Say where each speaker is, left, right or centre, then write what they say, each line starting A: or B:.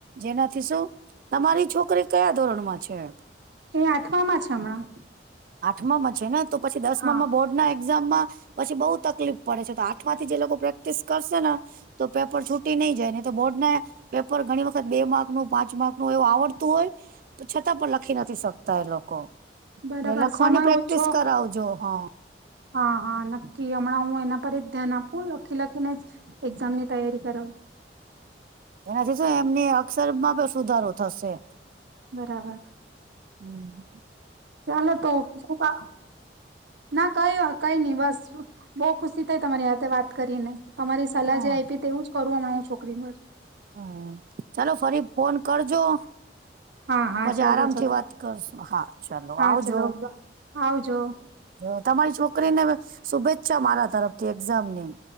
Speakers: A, on the right (about 50°); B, on the right (about 75°).
A: જેનાથી શું, તમારી છોકરી કયા ધોરણ માં છે?
B: એ આઠમા માં છે હમણાં
A: આઠમામાં છે ને તો પછી દસમામાં
B: હા
A: બોર્ડના એક્ઝામમાં પછી બઉુ તકલીફ પડે છે તો આઠ થી જે લોકો પ્રેક્ટિસ કરશે ને તો પેપ રહી છૂટી નહી જાય ને તો બોર્ડને પેપર ઘણી વખત બે માર્ક નું પાંચ માર્કનુંું એવું આવડતું હોય પૂછાતાં પણ લખી નથી શક તાય લોકો
B: બરાબર
A: એટલે લખવાની
B: સમય
A: પ્રેક્ટિસ
B: ઓછો
A: કરાવજો હો
B: હા હા નક્કી હમણાં હું એના પર જ ધ્યાન આપું લખી લખીને જ એક્ઝામ ની તૈયારી કરાઉ.
A: એનાથી શું એમને અક્ષર માં પણ સુધારો થશે.
B: બરાબર
A: હમ્મ
B: ચાલો તો <unintelligible> <inaudible> ના કઈ કઈ નહી બસ <inaudible> બૌ ખુશી થઈ તમારી હાથે વાત કરીને. તમારી સલાહ
A: હા.
B: જે આઈપી તેવું જ કરુ હમણાં હું છોકરીમર
A: હમ ચાલો ફરી ફોન કરજો.
B: હા હા
A: પછી
B: ચાલો
A: આરામથી
B: ચાલો
A: વાત કરશું હા ચાલો
B: હા
A: આવજો
B: ચલો આવજો
A: <inaudible> તમારી છોકરીને શુભેચ્છા મારા તરફથી એક્ઝામની